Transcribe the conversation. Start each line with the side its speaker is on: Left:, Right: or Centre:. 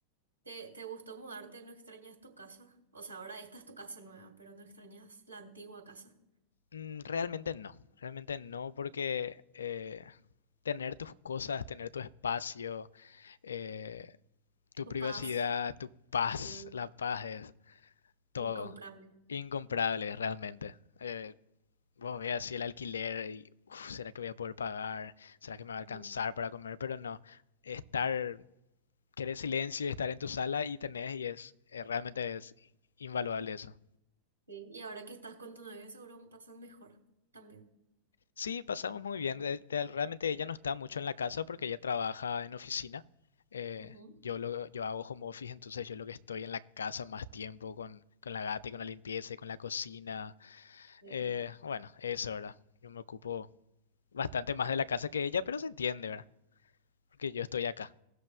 Right: ¿Te, te gustó mudarte? ¿No extrañas tu casa? O sea, ahora esta es tu casa nueva, pero no extrañas la antigua casa.
Left: Mm, Realmente no, realmente no porque eh, tener tus cosas, tener tu espacio, eh, tu
Right: Tu
Left: privacidad,
Right: paz.
Left: tu paz,
Right: Sí,
Left: la paz es todo.
Right: Incomparable.
Left: Incomparable, realmente. Eh, vos veas si el alquiler, y, uf, ¿será que voy a poder pagar? ¿Será que me va a alcanzar
Right: Mm,
Left: para comer? Pero no, estar, querer silencio y estar en tu sala y tenés, y es, eh, realmente es invaluable eso.
Right: Sí. Y ahora que estás con tu novio, seguro pasan mejor también.
Left: Sí, pasamos muy bien. de- de- realmente ella no está mucho en la casa porque ella trabaja en oficina. Eh,
Right: Ujú,
Left: yo, lo, yo hago home office, entonces yo lo que estoy en la casa más tiempo con, con la gata y con la limpieza y con la cocina.
Right: sí.
Left: Eh, bueno, eso, ¿verdad? Yo me ocupo bastante más de la casa que ella, pero se entiende, ¿verdad? Porque yo estoy acá.